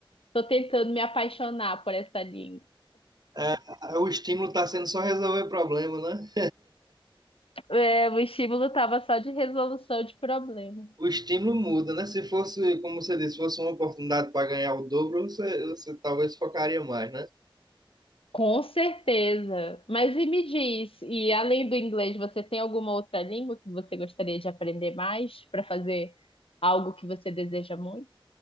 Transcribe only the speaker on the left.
tô tentando me apaixonar por essa língua.
É, o estímulo estava só de resolução de problema
Com certeza. Mas e me diz, e além do inglês, você tem alguma outra língua que você gostaria de aprender mais para fazer algo que você deseja muito?